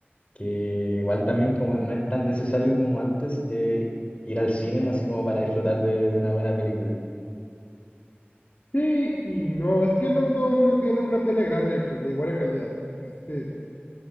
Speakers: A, on the left; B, on the left.
A: que igual también como no es tan necesario como antes eh, ir al cine así como para disfrutar de, de una buena película.
B: sí y no, es que no todo el mundo tiene una tele grande, pues, de buena calidad. Este,